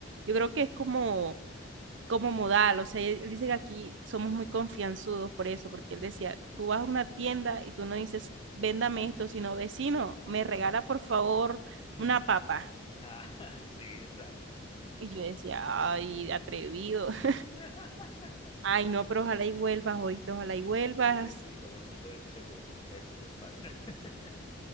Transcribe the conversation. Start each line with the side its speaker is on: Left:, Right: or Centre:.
Right: Yo creo que es como, como modal, o sea, él dice que aquí somos muy confianzudos por eso, porque él decía, tú vas a una tienda y tú no dices, véndame esto, sino vecino, me regala por favor
Left: Ujú.
Right: una papa.
Left: Ah, <laughs> sí, exacto.
Right: Y yo decía, ay, atrevido. <laughs>
Left: <laughs>
Right: Ay, no, pero ojalá y vuelvas, oíste, ojalá y vuelvas.
Left: Sí, sí, que vuelvo se- seguro. Eso sin falta. <laughs>